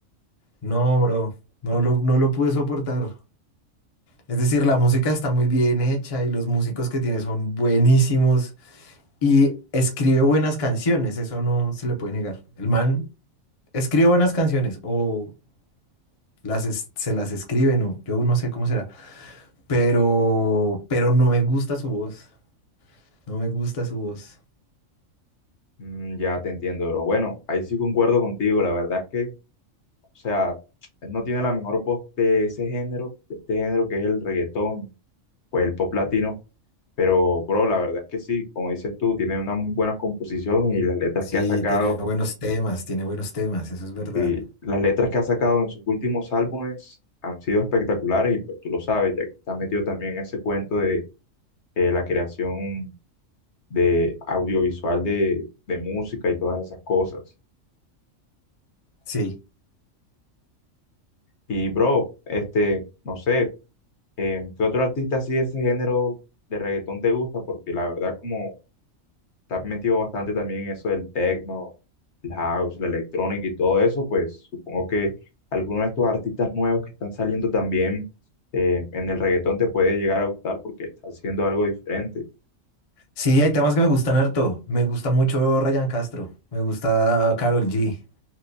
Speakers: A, on the left; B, on the left.
A: No, bro, no lo, no lo pude soportar. Es decir, la música está muy bien hecha y los músicos que tiene son buenísimos y escribe buenas canciones, eso no se le puede negar. El man escribe buenas canciones o las es- se las escriben o yo no sé cómo será, pero, pero no me gusta su voz, no me gusta su voz.
B: Mm, ya te entiendo, bro. Bueno, ahí sí concuerdo contigo. La verdad es que, o sea, él no tiene la mejor voz de ese género, de este género que es el reggaetón, pues el pop latino. Pero, bro, la verdad es que sí, como dices tú, tiene unas muy buenas composiciones y las letras
A: Sí,
B: que ha sacado.
A: tiene buenos temas, tiene buenos temas, eso es verdad.
B: Sí, las letras que ha sacado en sus últimos álbumes han sido espectaculares y pues tú lo sabes, ya que está metido también en ese cuento de eh, la creación de audiovisual de, de música y todas esas cosas.
A: Sí.
B: Y bro, este, no sé, eh, ¿qué otro artista así de ese género de reggaetón te gusta? Porque la verdad como está metido bastante también en eso del techno, el house, la electrónica y todo eso, pues supongo que alguno de estos artistas nuevos que están saliendo también eh, en el reggaetón te puede llegar a gustar porque está haciendo algo diferente.
A: Sí, hay temas que me gustan harto. Me gusta mucho Ryan Castro. Me gusta Karol G.